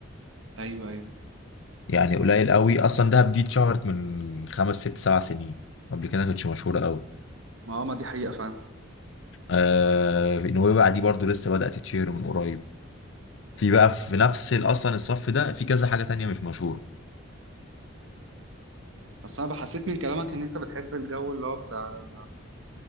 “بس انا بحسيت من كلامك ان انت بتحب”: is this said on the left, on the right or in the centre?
Right